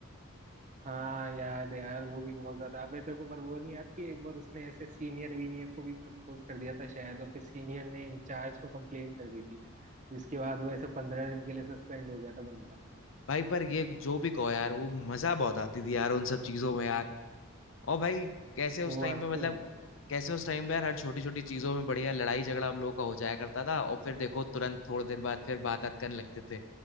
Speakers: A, on the right (about 35°); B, on the left (about 60°).
A: हाँ याद है यार वो भी बहुत ज्यादा अबे तेरे को पर वो नहीं याद कि एक बार उसने ऐसे सीनियर वीनियर को भी प्रपोज कर दिया था शायद और फिर सीनियर ने इंचार्ज को कंप्लेन कर दी थी जिसके बाद वो ऐसे पंद्रह दिन के लिए सस्पेंड हो गया था बंदा
B: भाई पर ये जो भी कहो यार वो मजा बहुत आती थी यार उन सब चीजों में यार और भाई कैसे उस
A: वो
B: टाइम
A: बात
B: पे मतलब
A: तो है
B: कैसे उस टाइम पे यार हर छोटी छोटी चीजों में बढ़िया लड़ाई झगड़ा हम लोगों का हो जाया करता था और फिर देखो तुरंत थोड़ी देर बाद फिर बात बात करने लगते थे